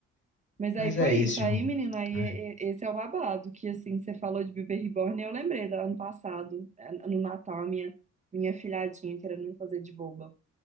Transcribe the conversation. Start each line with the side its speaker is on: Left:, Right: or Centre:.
Right: Mas
Left: Mas
Right: aí
Left: é
Right: foi
Left: isso,
Right: isso, aí,
Left: João.
Right: menino, aí
Left: Ai,
Right: é- é- esse é o babado, que assim, você falou de bebê reborn, eu lembrei do ano passado, é, no Natal, a minha, minha filhadinha querendo me fazer de boba.